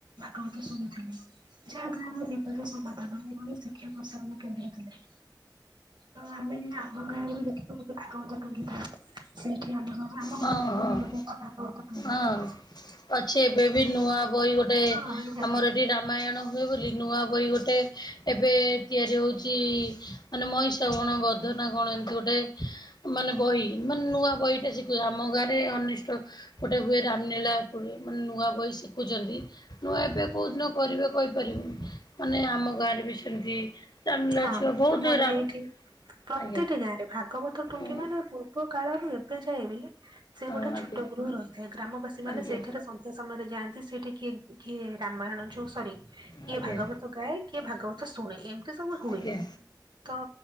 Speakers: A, on the right; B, on the left.
A: ଭାଗବତ ଶୁଣୁଥାଆନ୍ତି। ଶିକ୍ଷା ବିପଦ ସମାଧାନ ଏବଂ ଶିକ୍ଷା ପ୍ରସାରଣ କେନ୍ଦ୍ର କେବେ ହେଇଥିଲା? ତ ଆମେ ବି ଆମ ଗାଁରେ ଦେଖିଚୁ ଗୋଟେ ଭାଗବତ ଟୁଙ୍ଗି ଥାଏ ସେଇଠି ଆମ ହଁ ଆମଘରେ
B: ଓହୋ
A: ପାଖେ
B: ହଁ
A: ବି ଭାଗବତ ଟୁଙ୍ଗିଅଛି।
B: ହଁ ଅଛି ଏବେ ବି ନୂଆ ବହି ଗୋଟେ
A: ହଁ ନିହାତି।
B: ଆମର ଏଠି ରାମାୟଣ ହୁଏ ବୋଲି ନୂଆ ବହି ଗୋଟେ ଏବେ ତିଆରି ହୋଉଚି ମାନେ ମହିଷା କଣ ବଧନା କଣ ଏମିତି ଗୋଟେ ମାନେ ବହି ମାନେ ନୂଆ ବହିଟେ କିଏ ଆମ ଗାଁରେ ଅନିଷ୍ଟ ଗୋଟେ ହୁଏ ରାମନୀଳା ମାନେ ନୂଆ ବହି ଶିଖୁଛନ୍ତି ନୂଆ ଏବେ କୋଉ ଦିନ କରିବେ କହିପାରିବିନି ମାନେ ଆମ ଗାଁରେ ବି ସେମିତି ରାମଲୀଳା
A: ହଁ
B: ଛୁଆ ବହୁତ
A: ଆମର
B: ରାମ
A: ବି ଏଇଠି ପ୍ରତିଟି
B: ଆଜ୍ଞା
A: ଗାଁରେ ଭାଗବତ ଟୁଙ୍ଗି
B: ହଁ
A: ମାନେ ପୂର୍ବ କାଳରୁ ଏବେ ଯାଏ ବି ସେ
B: ଆଜ୍ଞା
A: ଗୋଟେ ଛୋଟ ଗୃହ ରହିଥାଏ ଗ୍ରାମବାସୀ ମାନେ
B: ଆଜ୍ଞା
A: ସେଇଠାରେ ସନ୍ ନ୍ଧ୍ୟା ସମୟରେ ଯାଆନ୍ତି ସେଠି କିଏ କିଏ ରାମାୟଣ ଯୋ ସରି କିଏ
B: ଆଜ୍ଞା
A: ଭାଗବତ ଗାଏ କିଏ ଭାଗବତ ଶୁଣେ ଏମିତି ସବୁ ହୁଏ।
B: ଆଜ୍ଞା
A: ତ